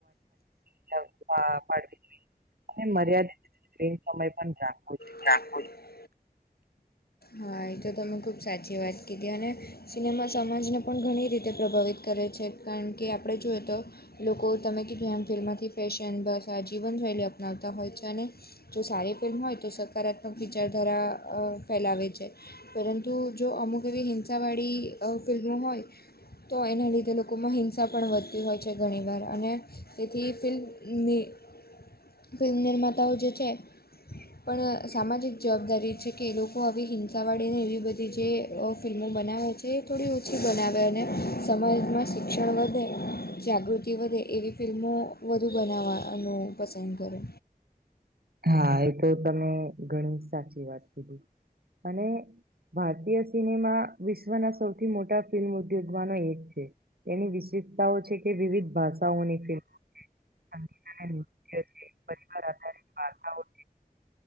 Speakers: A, on the right (about 80°); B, on the left (about 85°).
A: જોઈએ <unintelligible> <unintelligible> અને મર્યાદિત સ્ક્રીન સમય પણ રાખવો જોઇએ.
B: <unintelligible> હા એ તો તમે ખૂબ સાચી વાત કીધી અને સિનેમા સમાજને પણ ઘણી રીતે પ્રભાવિત કરે છે. કારણ કે આપણે જોઈએ તો લોકો તમે કીધું આમ ફિલ્માંથી ફેશન બસ આ જીવનશૈલી અપનાવતા હોય છે અને જો સારી ફિલ્મ હોય તો સકારાત્મક વિચારધારા ફેલાવે છે. પરંતુ જો અમુક એવી હિંસા વાળી ફિલ્મો હોય તો એના લીધે લોકોમાં હિંસા પણ વધતી હોય છે ઘણીવાર અને તેથી ફિલ્મ નિર્માતાઓ જે છે પણ સામાજિક જવાબદારી છે કે એ લોકો આવી હિંસાવાળીને એવી બધી જે ફિલ્મો બનાવે છે એ થોડી ઓછી બનાવે અને સમાજમાં શિક્ષણ વધે જાગૃતિ જાગૃતિ વધે એવી ફિલ્મો વધુ બનાવવાનું પસંદ કરે
A: હા એ તો તમે ઘણી સાચી વાત કીધી અને ભારતીય સિનેમા વિશ્વના સૌથી મોટા ફિલ્મ ઉદ્યોગમાંનો એક છે. એની વિશિષતાઓ છે કે વિવિધ ભાષાઓની ફિલ્મ સંગીત અને નૃત્ય છે પરિવાર આધારિત વાર્તાઓ